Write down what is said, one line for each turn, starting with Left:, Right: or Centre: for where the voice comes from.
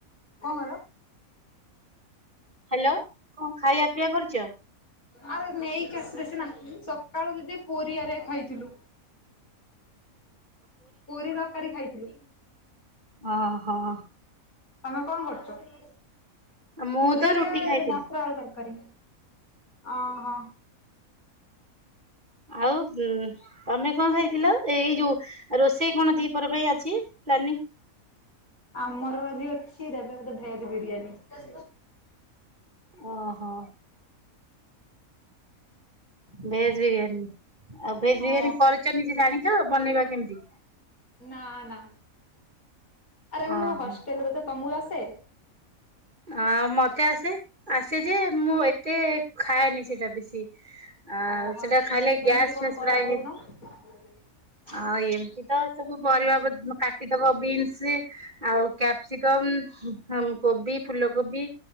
Left: <inaudible>
Right: ହ୍ୟାଲୋ କଣ ଖାଇବା ପିଇବା କରିଛ
Left: ଆରେ ନେଇକି ଆସିଲେ ସିନା ସକାଳୁ ଦିଦି ପୁରୀ ହେରିଆ ଖାଇଥିଲୁ। ପୁରୀ ତରକାରୀ ଖାଇଥିଲୁ।
Right: ଅ ହଁ।
Left: ତମେ କଣ କରୁଛ?
Right: ମୁଁ
Left: ପୁରୀ
Right: ତ ରୁଟି ଖାଇଥିଲି
Left: ମଟର ଆଳୁ ତରକାରୀ। ଅ ହ।
Right: ଆଉ ଉ ତମେ କଣ ଖାଇଥିଲ? ଏଇ ଯୋଉ ରୋଷେଇ କଣ ଦି ପୁର ପାଇଁ ଅଛି ପ୍ଲାନିଂ।
Left: ଆମର ଆଜି ଅଛି ଦେବେ ଦେବେ ବୋଧେ ଭେଜ ବିରିୟାନୀ।
Right: ଓହୋ। ଭେଜ ବିରିୟାନୀ ଆଉ ଭେଜ
Left: ହଁ।
Right: ବିରିୟାନୀ କରିଛ ନିଜେ ଜାଣିଛ ବନେଇବା କେମିତି?
Left: ନା ନା ଆରେ ମୁଁ
Right: ଓହୋ
Left: ହଷ୍ଟେଲରେ ତ ତମକୁ ଆସେ?
Right: ଆ ମତେ ଆସେ ଆସେ ଯେ ମୁଁ ଏତେ ଖାଏନି ସେଇଟା ବେଶି ଆ
Left: ଓହୋ।
Right: ସେଟା ଖାଇଲେ
Left: କେମିତି
Right: ଗ୍ୟାସ
Left: କଣ
Right: ଫ୍ୟାସ
Left: କର
Right: ପ୍ରାୟ
Left: କହୁନ?
Right: ହେଇ
Left: <inaudible>
Right: ଆଁ ଏମିତି ତ ସବୁ ପରିବା ପ କାଟିଦବ ବିନ୍ସ ଆଉ କ୍ୟାପ୍ସି କମ ହମ କୋବି ଫୁଲକୋବି,